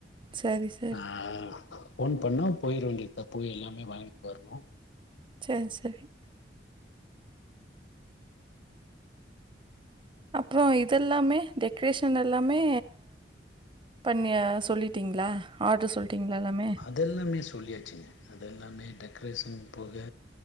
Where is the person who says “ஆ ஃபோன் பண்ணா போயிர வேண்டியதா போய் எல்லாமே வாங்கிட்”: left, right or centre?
Left